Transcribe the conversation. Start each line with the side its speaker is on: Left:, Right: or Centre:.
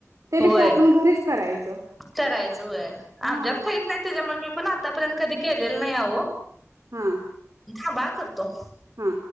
Right: त्यापेक्षा
Centre: होय
Right: आपण घरीच करायचं
Centre: करायचं होय
Right: हा
Centre: आमच्याप खहीत नाही त्याच्यामुळे मी पण आतापर्यंत कधी केलेल नाइ आओ.
Right: हा.
Centre: थांबा करतो.
Right: हा.